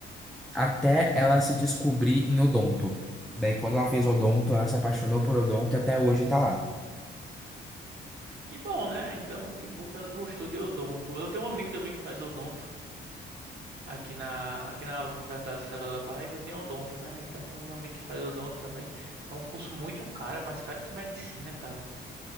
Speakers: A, in the centre; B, on the right.
A: até ela se descobrir em odonto. Daí, quando ela fez odonto, ela se apaixonou por odonto e até hoje tá lá.
B: Que bom, né? Então, que bom que ela gostou de odonto. Eu tenho um amigo também que faz odonto aqui na, aqui na Universidade Estadual da Paraíba, tem odonto, né? Então, tem um amigo que faz odonto também. É um curso muito caro, é mais caro que medicina, cara.